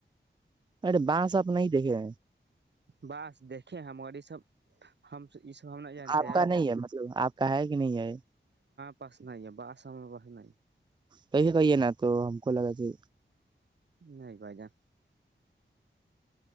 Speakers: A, on the right (about 25°); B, on the right (about 65°).
A: ارے بس آپ نہیں دیکھے
B: بس دیکھے ہم اور یہ سب ہم یہ سب ہم نہیں جانتے
A: آپ
B: ہیں
A: کا نہیں ہے مطلب آپ کا ہے کہ نہیں ہے یہ
B: پس نہیں ہے بس <inaudible>
A: پیسے کہیے نا تو ہم کو لگا کہ
B: نہیںائ بائی جان